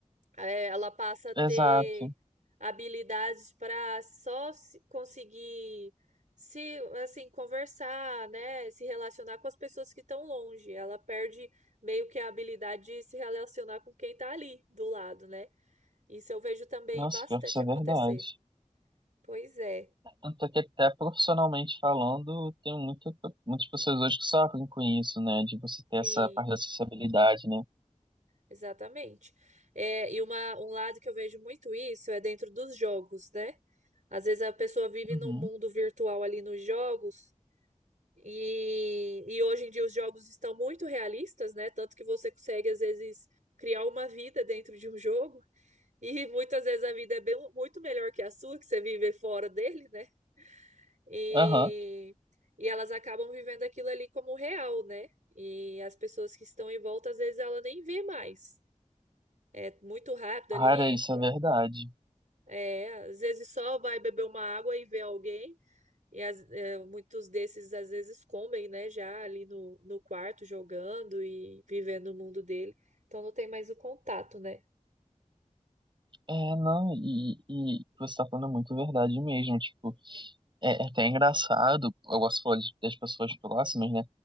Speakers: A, on the right; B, on the right.
A: é, ela passa a ter
B: exato.
A: habilidades para só se- conseguir se assim conversar, né, se relacionar com as pessoas que estão longe. Ela perde meio que a habilidade de se relacionar com quem tá ali do lado, né? Isso eu vejo também
B: Nossa,
A: bastante
B: pior que isso é
A: acontecer.
B: verdade.
A: Pois é,
B: Tanto é que até profissionalmente falando, tem muita, muitas pessoas hoje que sofrem com isso, né? De você ter
A: sim,
B: essa parte da acessibilidade, né?
A: exatamente. É, e uma, um lado que eu vejo muito isso é dentro dos jogos, né? Às vezes a pessoa vive
B: Uhum.
A: num mundo virtual ali nos jogos E, e hoje em dia os jogos estão muito realistas, né? Tanto que você consegue, às vezes, criar uma vida dentro de um jogo. E muitas vezes a vida é bem, muito melhor que a sua, que você vive fora dele, né? E,
B: Aham.
A: e elas acabam vivendo aquilo ali como real, né? E as pessoas que estão em volta, às vezes, ela nem vê mais. É muito rápido
B: Cara,
A: ali.
B: isso é verdade.
A: É, às vezes só vai beber uma água e vê alguém. E as- é, muitos desses às vezes comem, né, já ali no, no quarto jogando e vivendo o mundo dele. Então não tem mais o contato, né?
B: É, não, e, e você tá falando muito verdade mesmo. Tipo, é, é até engraçado, eu gosto de falar de- das pessoas próximas, né?